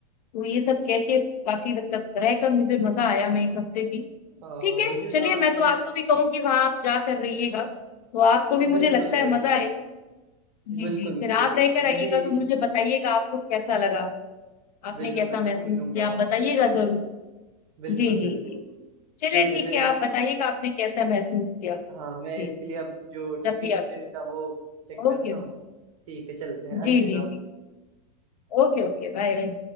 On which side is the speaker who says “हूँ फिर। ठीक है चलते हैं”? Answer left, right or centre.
Right